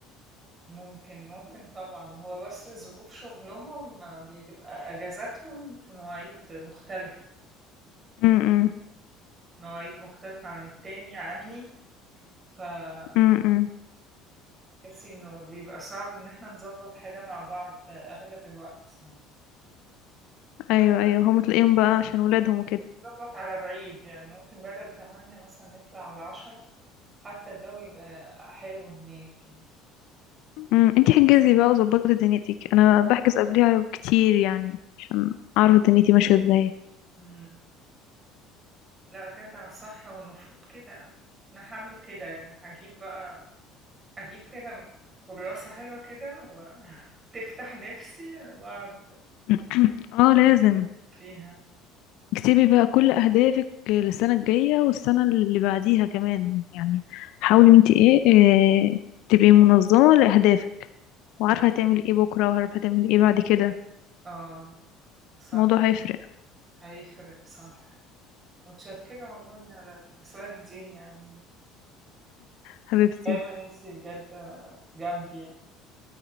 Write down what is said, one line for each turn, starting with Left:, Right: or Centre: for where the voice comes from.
Right: ممكن، ممكن طبعًا، هو بس ظروف شغلهم بتبقى أجازاتهم في مواعيد مختلفة، كل
Left: امم
Right: مواعيد مختلفة عن التاني عني، فتحسي
Left: امم امم
Right: إنه بيبقى صعب إن إحنا نضبّط حاجة مع بعض أغلب الوقت يعني،
Left: ايوه
Right: بس
Left: ايوه هم تلاقيهم بقى عشان ولادهم وكده
Right: بنضبّط على بعيد يعني ممكن بدل 08:00 مثلًا نطلع على 10:00 حتى الجو يبقى حلو هناك يعني،
Left: امم انتي حجزي بقى وظبطي دنيتك انا بحجز قبلها كتير يعني عشان اعرف دنيتي ماشيه ازاي
Right: إمم، لأ جدع صح، هو المفروض كده، أنا هاعمل كده يعني، هاجيب بقى اجيب كده كراسة حلوة كده وتفتح <laughs> نفسي واقعد
Left: <clears throat> اه لازم
Right: فيها
Left: اكتبي بقى كل اهدافك للسنه الجايه والسنه اللي بعديها كمان يعني حاولي ان انتي ايه, إيه تبقي منظمه لاهدافك وعارفه هتعملي ايه بكره وعارفه هتعملي ايه بعد كده
Right: اه صح
Left: الموضوع هيفرق
Right: هيفرق صح متشكرة والله على النصايح دي يعني
Left: حبيبتي
Right: دايما انتي بجد جنبي يعني.